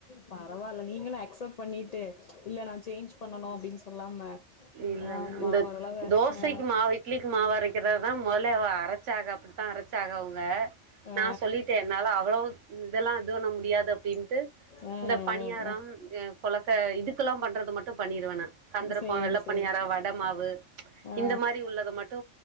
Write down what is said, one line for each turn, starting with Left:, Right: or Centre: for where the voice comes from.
Left: பரவால்ல நீங்களு அக்செப் பண்ணிட்டு இல்ல நா சேஞ்ச் பண்ணனு அப்டின்னு சொல்லாம
Right: இல்ல
Left: ஆமா
Right: இல்ல இந்த
Left: ஓரளவு
Right: தோசைக்கு
Left: ஆ
Right: மாவு இட்லிக்கு மாவ அரைக்கிறதுதா மொதலே அவ அரைச்சாக அப்படிதா அரைச் சாக அவங்க
Left: ஆ
Right: நா சொல்லிட்டே என்னால அவ்ளோ இதெல்லா இது பண்ண முடியாது அப்படின்ட்டு
Left: ஆ
Right: இந்த பணியாரம்
Left: ஆ
Right: அ கொழக்க இதுக்கெல்லா பண்றது மட்டு பண்ணிருவேனா கந்திர
Left: சேரி சேரி
Right: வட மாவு
Left: ஆ
Right: இந்த மாரி உள்ளத மட்டு